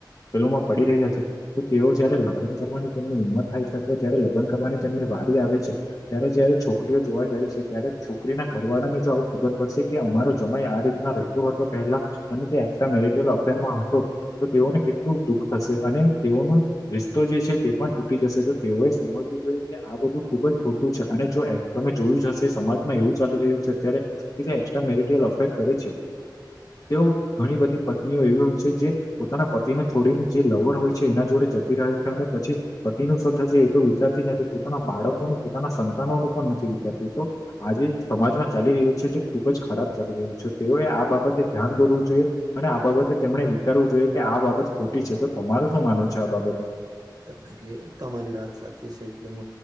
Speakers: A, on the left (about 50°); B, on the right (about 55°).
A: પેલોમાં પડી રહ્યા છે તો તેઓ જયારે લગ્ન કરવાની તેમની ઉંમર થાય છે અથવા જયારે લગ્ન કરવાની જેમની વારી આવે છે ત્યારે જ્યારે છો છોકરીઓ જોવા જાય છે ત્યારે છોકરી ના ઘરવાળા ને જો આવું ખબર પડશે કે અમારો જમાઈ આ રીતના રહેતો હતો પહેલા અને તે એક્ટ્રા મેરટલ અફેરમાં હતો તો તેઓને કેટલું દુખ થશે અને તેઓનું રિસ્તો જે છે તે પણ તૂટી જશે તો તેઓએ સમજવું જોઈએ કે આ બધું ખુબ જ ખોટું છે અને જો તમે જોયું જ હશે સમાજમાં એવું ચાલી રહ્યું છે અત્યારે કે જે એકક્સ્ટ્રા મેરટયલ અફેર કરે છે તેઓ ઘણી બધી પત્નીઓ એવીયો છે જે પોતાના પતિને છોડીને જે લવર હોય છે એના જોડે જતી રહે છે અને પછી પતિનું શ થશે એ તો વિચારતી નથી પોતાના બાળકોનું પોતાના સંતાનોનું પણ નથી વિચારતું તો આજે સમાજમાં ચાલી રહ્યું છે કે ખુબ જ ખરાબ ચાલી રહ્યું છે તેઓએ આ બાબત ધ્યાન દોરવું જોઈએ અને આ બાબતે તેમણે વિતારવું જોઈએ કે આ બાબત ખોટી છે તો તમારું શું માનવું છે આ બાબતે
B: તોમે કે તમારી વાત સાચી છે એકદમ